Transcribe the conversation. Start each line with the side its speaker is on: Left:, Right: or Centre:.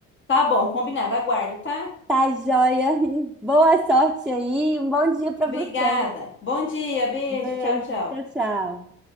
Left: Tá bom, combinado, aguardo, tá?
Centre: Tá, joia? <laughs> Boa sorte aí, um bom dia para
Left: Obrigada.
Centre: você.
Left: Bom dia, beijo,
Centre: Beijo,
Left: tchau, tchau.
Centre: tchau, tchau.